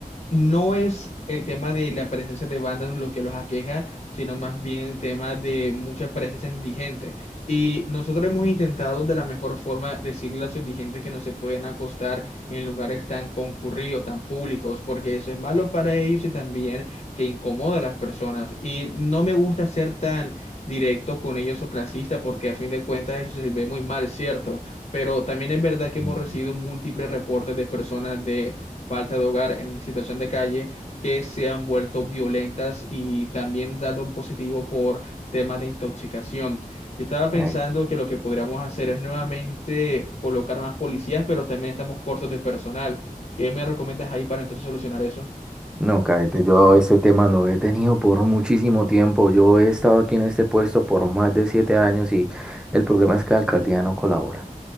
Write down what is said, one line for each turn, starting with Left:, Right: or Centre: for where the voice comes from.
Left: no es el tema de la presencia de bandas lo que los aqueja, sino más bien el tema de mucha presencia indigente. Y nosotros hemos intentado de la mejor forma decirle a los indigentes que no se pueden acostar en lugares tan concurridos, tan públicos, porque eso es malo para ellos y también que incomoda a las personas. Y no me gusta ser tan directo con ellos o clasista, porque a fin de cuentas eso se ve muy mal, ¿cierto? Pero también es verdad que
Centre: Mm,
Left: hemos recibido múltiples reportes de personas de falta de hogar, en situación de calle, que se han vuelto violentas y también dado un positivo por temas de intoxicación. Yo estaba pensando
Centre: Eh,
Left: que lo que podríamos hacer es nuevamente colocar más policías, pero también estamos cortos de personal. ¿Qué me recomiendas ahí para entonces solucionar eso?
Centre: No, cállate, yo ese tema lo he tenido por muchísimo tiempo. Yo he estado aquí en este puesto por más de siete años y el problema es que la alcaldía no colabora.